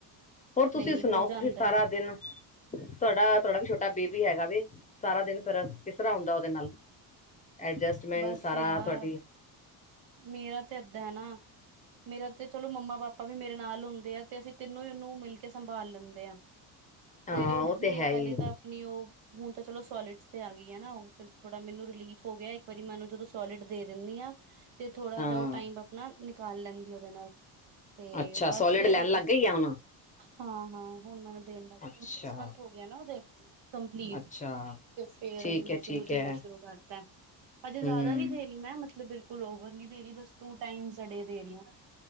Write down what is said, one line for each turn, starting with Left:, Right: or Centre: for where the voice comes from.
Left: ਹੋਰ
Right: ਨਹੀਂ
Left: ਤੁਸੀਂ
Right: ਨਹੀਂ
Left: ਸੁਣਾਓ
Right: ਹੋ ਜਾਂਦਾ
Left: ਤੁਸੀਂ ਸਾਰਾ
Right: ਹੈ
Left: ਦਿਨ ਤੁਹਾਡਾ ਤੁਹਾਡਾ ਵੀ ਛੋਟਾ ਬੇਬੀ ਹੈਗਾ ਵੇ ਸਾਰਾ ਦਿਨ ਫਿਰ ਕਿਸ ਤਰ੍ਹਾਂ ਹੁੰਦਾ ਉਹਦੇ ਨਾਲ ਐਡਜਸਟਮੈਂਟ
Right: ਬਸ
Left: ਸਾਰਾ
Right: ਯਾਰ
Left: ਤੁਹਾਡੀ
Right: ਮੇਰਾ ਤਾਂ ਏਦਾਂ ਨਾ ਮੇਰਾ ਤੇ ਚਲੋ ਮੰਮਾ ਪਾਪਾ ਵੀ ਮੇਰੇ ਨਾਲ ਹੁੰਦੇ ਆ ਤੇ ਅਸੀਂ ਤੈਨੂੰ ਹੀ ਉਹਨੂੰ ਮਿਲ ਕੇ ਸੰਭਾਲ ਲੈਂਦੇ ਹਾਂ ਸਵੇਰੇ
Left: ਹਾਂ
Right: ਉੱਠਦੀ
Left: ਉਹ ਤੇ
Right: ਹੈ ਪਹਿਲੇ
Left: ਹੀ
Right: ਤਾਂ ਆਪਣੀ ਉਹ ਹੁਣ ਤਾਂ ਚਲੋ ਸੋਲਿਡਸ ਤੇ ਆ ਗਈ ਹੈ ਨਾ ਉਹ ਤੇ ਥੋੜਾ ਮੈਨੂੰ ਰਿਲੀਫ ਹੋ ਗਿਆ ਇੱਕ ਵਾਰੀ ਮੈਨੂੰ ਜਦੋਂ ਸੋਲਿਡ ਦੇ ਦਿੰਨੀ ਆ ਤੇ ਥੋੜ੍ਹਾ
Left: ਹਾਂ
Right: ਜਿਹਾ ਓ ਟਾਈਮ ਆਪਣਾ ਨਿਕਾਲ ਲੈਂਦੀ ਓਹਦੇ ਨਾਲ। ਤੇ
Left: ਅੱਛਾ
Right: ਬਸ
Left: ਸੋਲਿਡ
Right: ਫੇਰ
Left: ਲੈਣ ਲੱਗ
Right: ਇਕ
Left: ਗਈ ਆ ਹੁਣ
Right: ਹਾਂ-ਹਾਂ ਹੁਣ ਮੈਨੂੰ ਦੇਣ ਲਾਗੇ
Left: ਅੱਛਾ
Right: ਹੁਣ ਸਿਕਸ ਮੰਥ ਹੋ ਗਏ ਨਾ ਓਹਦੇ ਕੰਪਲੀਟ।
Left: ਅੱਛਾ
Right: ਤੇ ਫੇਰ
Left: ਠੀਕ
Right: ਹੁਣ
Left: ਹੈ
Right: ਅਸੀਂ
Left: ਠੀਕ
Right: ਉਨੂੰ ਦੇਣਾ
Left: ਹੈ
Right: ਸ਼ੁਰੂ ਕਰਤਾ ਹਜੇ ਜਿਆਦਾ
Left: ਹਮ
Right: ਨੀ ਦੇ ਰਹੀ ਮੈਂ ਮਤਲਬ ਬਿਲ ਕਲੋਵਰ ਨੀ ਦੇ ਰਹੀ ਬਸ ਟੂ ਟਾਈਮਜ਼ ਅ ਡੇ ਦੇ ਰਹੀ ਆ।